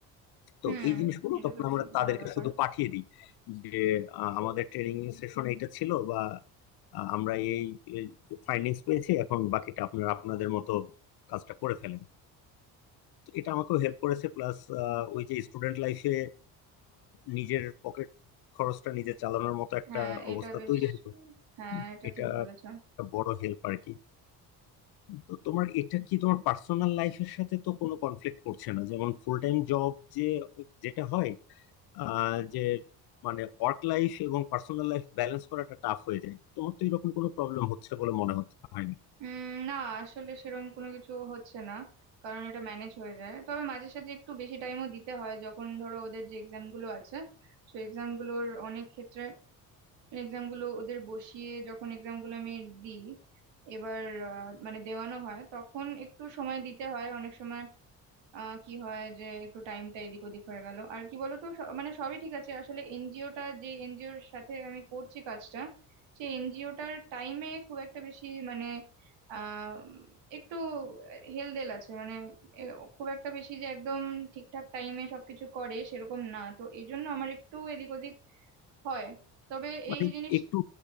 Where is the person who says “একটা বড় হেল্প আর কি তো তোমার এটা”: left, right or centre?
Left